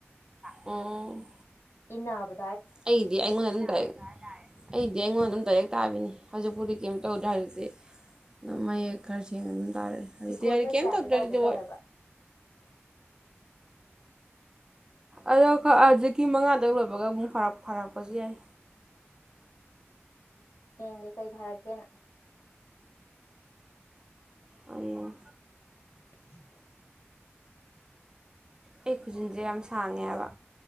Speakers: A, on the right; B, on the left.
A: ꯑꯣ
B: ꯏꯟꯅꯥꯕ
A: ꯑꯩꯗꯤ ꯑꯩꯉꯣꯟꯗ ꯑꯗꯨꯝ ꯗꯥꯑꯦ <unintelligible> ꯑꯩꯗꯤ ꯑꯩꯉꯣꯟꯗ ꯑꯗꯨꯝ ꯗꯥꯏꯔꯦꯛ ꯇꯥꯕꯤꯅꯤ ꯍꯧꯖꯤꯛꯄꯨꯗꯤ ꯀꯩꯝ ꯇꯧꯗꯦ ꯍꯥꯏꯔꯗꯤ ꯃꯌꯦꯛ ꯈꯔ ꯁꯦꯡꯅ ꯇꯔꯦ ꯍꯧꯖꯤꯛꯇꯤ
B: ꯏꯀꯣ
A: ꯑꯩ
B: ꯆꯠꯄ
A: ꯀꯩꯝ
B: ꯍꯥꯏꯕꯗ
A: ꯇꯧꯗ꯭ꯔꯦ
B: ꯇꯧꯗꯣ
A: ꯍꯧꯖꯤꯛꯇꯤ
B: ꯇꯧꯋꯦꯕ
A: ꯋꯣꯏ ꯑꯗꯣ ꯈꯔ ꯍꯧꯖꯤꯛꯀꯤ ꯃꯉꯥꯗ ꯂꯣꯏꯕꯒ ꯑꯃꯨꯛ ꯐꯥꯔꯛ ꯐꯥꯔꯛꯄꯁꯨ ꯌꯥꯏ
B: ꯌꯦꯡꯒꯦ ꯀꯩ ꯊꯥꯔꯛꯀꯦꯅ
A: ꯑ <unintelligible>
B: ꯎ <inaudible>
A: ꯑꯩ ꯈꯨꯖꯤꯟꯁꯦ ꯌꯥꯝ ꯁꯥꯡꯉꯦꯕ